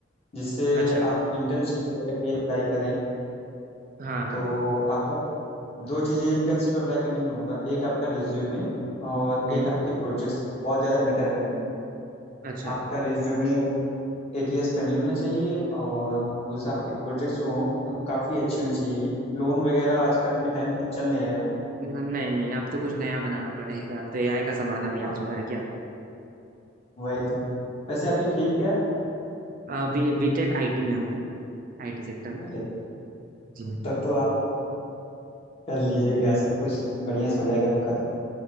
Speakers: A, on the left; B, on the right.
A: जिससे
B: अच्छा
A: आप इंटर्नशिप वगैरह के लिए अप्लाई करें
B: हाँ हाँ
A: तो आपका दो चीज़ें इंटर्नशिप अप्लाई करने में होगा एक आपका रिज्यूमे और
B: हम्म
A: एक आपके प्रोजेक्ट्स बहुत ज़्यादा मैटर करेंगे
B: अच्छा
A: आपका रिज्यूमे एटीएस फ्रेंडली होना चाहिए और दूसरा आपके प्रोजेक्ट्स जो हों काफ़ी अच्छे होने चाहिए लोन वगैरह आजकल के टाइम में चल नहीं रहे हैं ना
B: नहीं नहीं अब तो
A: तो
B: कुछ नया बनाना पड़ेगा अब तो एआई का जमाना भी
A: हाँ,
B: आ चुका है क्या
A: वही तो वैसे आपकी फील्ड क्या है
B: अभी बीटेक आईटी में हूँ मैं आईटी सेक्टर में
A: अरे
B: जी
A: तब तो आप कर लीजिएगा सब कुछ बढ़िया से हो जाएगा आपका तो